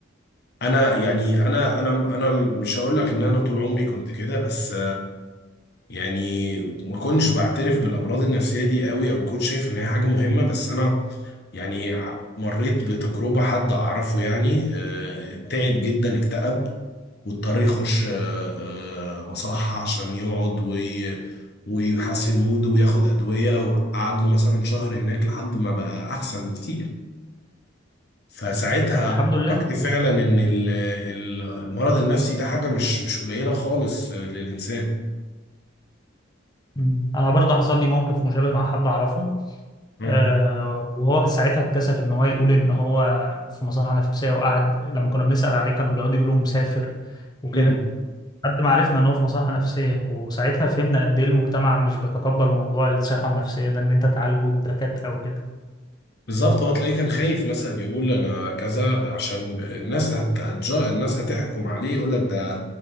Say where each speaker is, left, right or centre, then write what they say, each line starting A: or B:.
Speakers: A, on the left; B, on the left.
A: انا يعني انا انا انا مش هقول لك ان انا طول عمري كنت كده بس يعني ما كنتش بعترف بالامراض النفسيه دي قوي او ما كنتش شايف ان هي حاجه مهمه بس انا يعني ع- مريت بتجربه حد اعرفه يعني آه، تعب جدا اكتئب واضطر يخش آه، آه، مصحه عشان يقعد وي- ويحسن موده وياخد ادويه وقعد له مثلا شهر هناك لحد ما بقى احسن بكتير فساعتها
B: طب الحمد لله
A: عرفت فعلا ان ال- ال- المرض النفسي ده حاجه مش مش قليله خالص آه، للانسان
B: مم. انا برضه حصل لي موقف مشابه مع حد اعرفه
A: مم.
B: آه وهو ساعتها اتكسف ان هو يقول ان هو في مصحة نفسية وقعد لما كنا بنسأل عليه كانوا بيقعدوا يقولوا مسافر وكده
A: مم.
B: لحد ما عرفنا ان هو في مصحة نفسية وساعتها فهمنا قد ايه المجتمع مش بيتقبل موضوع الصحة النفسية ده ان انت تعالجه بدكاترة وكده
A: بالظبط هو تلاقيه كان خايف مثلا يقول انا كذا عشان الناس هت... هتجا... الناس هتحكم عليه يقول لك ده